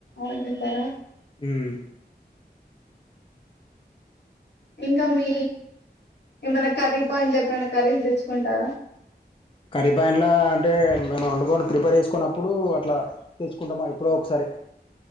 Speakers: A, on the left; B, on the left.
A: వండుతారా
B: ఉమ్
A: ఇంకా మీ ఏమన్నా కర్రీ పాయింట్లు ఎప్పుడనా కర్రీస్ తెచ్చుకుంటారా?
B: కర్రీ పాయంట్లా అంటే మేము వంకొని ప్రిపేర్ చేసుకోన్నప్పుడు అట్ల తెసుకుంటామ ఎప్పుడో ఒకసారి.